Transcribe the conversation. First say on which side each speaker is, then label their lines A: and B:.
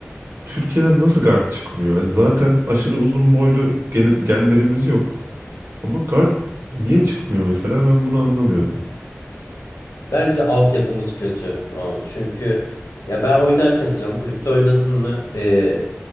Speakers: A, on the right; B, on the left.
A: Türkiye'den nasıl guard çıkmıyor? Hani zaten aşırı uzun boylu gene- genlerimiz yok. Ama guard niye çıkmıyor mesela ben bunu anlamıyorum.
B: Bence altyapımız kötü Mahmut. Çünkü ya ben oynarken söylüyorum. Kulüpte oynadın mı? Ee,